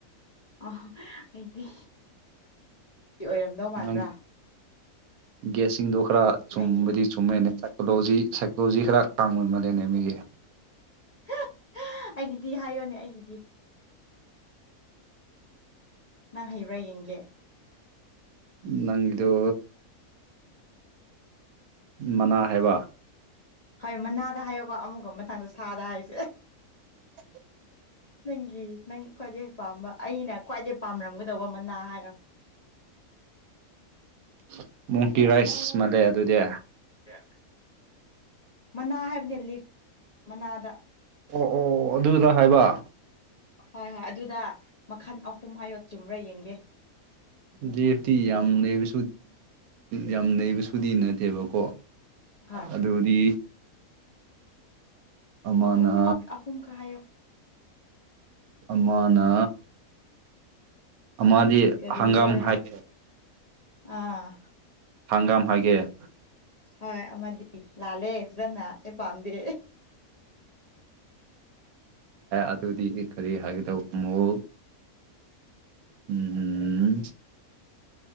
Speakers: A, on the left; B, on the right.
A: ꯑꯍꯥ ꯑꯩꯗꯤ ꯑꯣꯏꯔꯝꯗꯧ ꯃꯟꯕ꯭ꯔꯥ
B: ꯅꯪ ꯒꯦꯁꯁꯤꯡꯗꯣ ꯈꯔ ꯆꯨꯝꯕꯗꯤ
A: ꯑꯩꯒꯤ
B: ꯆꯨꯝꯃꯦꯅꯦ ꯑꯗꯣ ꯍꯧꯖꯤꯛ ꯁꯥꯏꯀꯣꯂꯣꯖꯤ ꯈꯔ ꯍꯥꯡꯕ ꯃꯥꯜꯂꯦꯅꯦ ꯃꯤꯒꯤ
A: ꯍꯥ ꯍꯥ ꯍꯥ ꯑꯩꯒꯤꯗꯤ ꯍꯥꯏꯌꯣꯅꯦ ꯑꯩꯒꯤꯗꯤ ꯅꯪ ꯍꯩꯕ꯭ꯔꯥ ꯌꯦꯡꯒꯦ
B: ꯅꯪꯒꯤꯗꯨ ꯃꯅꯥ ꯍꯥꯏꯕ
A: ꯍꯣꯏ ꯃꯅꯥꯗ ꯍꯥꯏꯌꯣꯀꯣ ꯑꯃꯨꯛꯀ ꯃꯊꯪꯗ ꯁꯥꯗ ꯍꯥꯏꯁꯦ
B: <inaudible>
A: ꯅꯪꯒꯤ ꯅꯪ ꯈ꯭ꯋꯥꯏꯗꯩ ꯄꯥꯝꯕ ꯑꯩꯅ ꯈ꯭ꯋꯥꯏꯗꯩ ꯄꯥꯝꯔꯝꯒꯗꯧꯕ ꯃꯅꯥ ꯍꯥꯏꯌꯦ
B: <inaudible> ꯃꯣꯡꯇꯤꯔꯥꯏꯁ ꯃꯥꯜꯂꯦ ꯑꯗꯨꯗꯤ
A: ꯑꯦ ꯃꯅꯥ ꯍꯥꯏꯕꯅꯤ ꯂꯤꯐ ꯃꯅꯥꯗ
B: ꯑꯣ ꯑꯗꯨꯗ ꯍꯥꯏꯕ
A: ꯍꯣꯏ ꯍꯣꯏ ꯑꯗꯨꯗ ꯃꯈꯜ ꯑꯍꯨꯝ ꯍꯥꯏꯌꯣ ꯆꯨꯝꯕ꯭ꯔꯥ ꯌꯦꯡꯒꯦ
B: ꯂꯤꯐꯇꯤ ꯌꯥꯝ ꯅꯩꯕ ꯌꯥꯝ ꯅꯩꯕ ꯁꯨꯗꯤ ꯅꯠꯇꯦꯕꯀꯣ
A: ꯍꯣꯏ
B: ꯑꯗꯨꯗꯤ ꯑꯃꯅ
A: ꯑꯍꯨꯝꯃꯛ ꯑꯍꯨꯝꯈꯛ ꯍꯥꯏꯌꯣ
B: ꯑꯃꯅ ꯑꯃꯗꯤ
A: ꯀꯔꯤꯔ
B: ꯍꯪꯒꯥꯝ ꯍꯥꯏꯒꯦ
A: ꯑꯥ
B: ꯍꯪꯒꯥꯝ ꯍꯥꯏꯒꯦ
A: ꯍꯣꯢ ꯑꯃꯗꯤ ꯂꯥꯜꯂꯦ ꯐꯖꯥꯅꯥ ꯑꯩ ꯄꯥꯝꯗꯦ
B: ꯑꯗꯨꯗꯤ ꯀꯔꯤ ꯍꯥꯏꯒꯗꯧ ꯃꯣꯜ ꯎꯝ